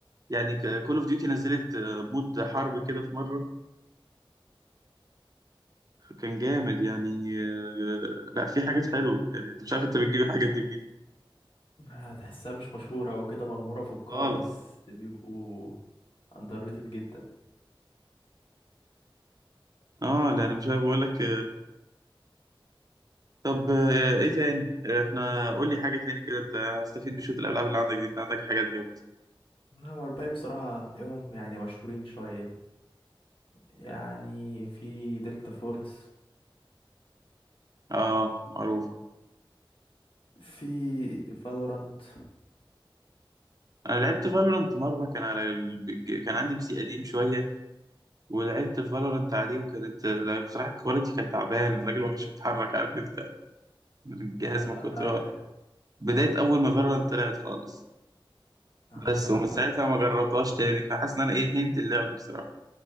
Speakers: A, on the right; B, on the left.
A: يعني كول اوف ديوتي نزلت آه، مود حرب كده في مره كان جامد يعني آه، لا في حاجات حلوه يعني انت مش عارف انت بتجيب الحاجات دي منين
B: هتحسها مش مشهورة أو كده مغمورة في القاع
A: خالص
B: بس بيبقوا underrated جدا
A: اه لا انا مش عارف بقول لك طب آه، ايه تاني آه، احنا قول لي حاجة تاني كده ت- استفيد بشوط الالعاب اللي عندك دي انت عندك حاجات جامدة
B: هو الباقي بصراحة هتلاقيهم يعني مشهورين شوية يعني في دلتا فورس
A: اه معروفة
B: في فالورانت
A: انا لعبت فالورانت مرة كان على ال... ج- كان عندي بي سي قديم شوية ولعبت فالورانت عليه وكانت آه، لا، بصراحة الكواليتي كانت تعبان الراجل ما كانش بيتحرك عارف انت الجهاز
B: آه
A: ما
B: لا
A: كنت هو-
B: ده
A: بداية اول ما فالورانت طلعت خالص
B: آه بصراحة
A: بس ومن ساعتها
B: ما
A: ما جربتهاش تاني فحاسس ان انا ايه هنت اللعب بصراحة